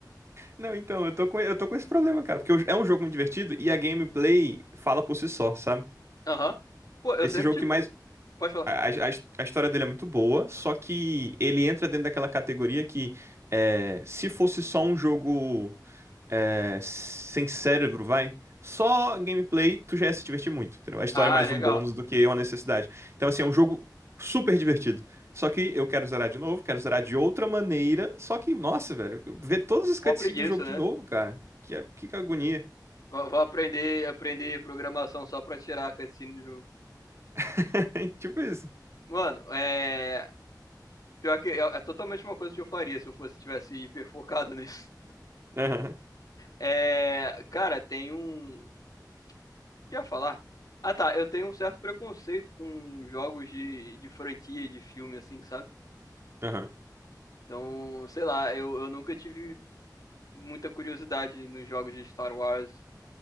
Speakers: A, on the right; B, on the left.
A: Não, então, eu tô com, eu tô com esse problema, cara, porque o- é um jogo muito divertido e a gameplay fala por si só, sabe?
B: Aham. Pô, eu
A: Esse
B: sempre
A: jogo
B: tive.
A: que mais.
B: Pode falar.
A: A, a, a história dele é muito boa, só que ele entra dentro daquela categoria que é, se fosse só um jogo é, sem cérebro, vai. Só gameplay, tu já ia se divertir muito, entendeu? A história
B: Ah,
A: é mais
B: legal.
A: um bônus do que uma necessidade. Então, assim, é um jogo super divertido. Só que eu quero zerar de novo, quero zerar de outra maneira. Só que, nossa, velho, ver todos os cutscenes
B: Mó preguiça,
A: do jogo
B: né?
A: de novo, cara. Que, que agonia.
B: Vou vou aprender, aprender programação só pra tirar a cutscene do jogo.
A: <laughs> Tipo isso.
B: Mano, é. Pior que é, é totalmente uma coisa que eu faria se eu fosse tivesse hiper focado <laughs> nisso.
A: Aham,
B: É. Cara, tem um. O que eu ia falar? Ah, tá. Eu tenho um certo preconceito com jogos de, de franquia, de filme, assim, sabe?
A: aham.
B: Então, sei lá, eu, eu nunca tive muita curiosidade nos jogos de Star Wars.